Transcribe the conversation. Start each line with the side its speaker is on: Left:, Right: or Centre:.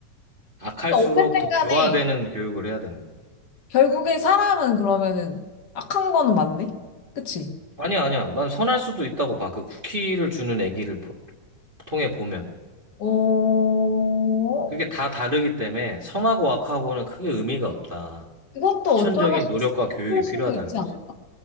Right: 악할수록
Left: 그러니까 어쨌든
Right: 더
Left: 간에
Right: 교화되는 교육을 해야 되는 거고.
Left: 결국에 사람은 그러면은 악한 거는 맞네? 그치?
Right: 아니야, 아니야. 난 선할 수도 있다고 봐. 그 쿠키를 주는 애기를 보- 통해 보면.
Left: 어,
Right: 그게 다 다르기 때문에 선하고 악하고는 크게 의미가 없다.
Left: 그것도
Right: 후천적인
Left: 어쩌면 학습될
Right: 노력과 교육이
Left: 수도
Right: 필요하다는
Left: 있지
Right: 거지.
Left: 않을까?